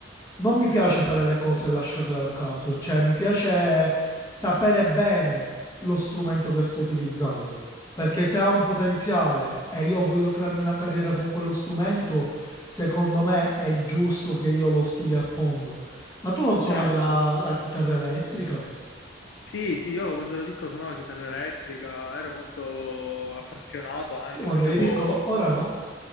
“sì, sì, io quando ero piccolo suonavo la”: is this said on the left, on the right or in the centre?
Left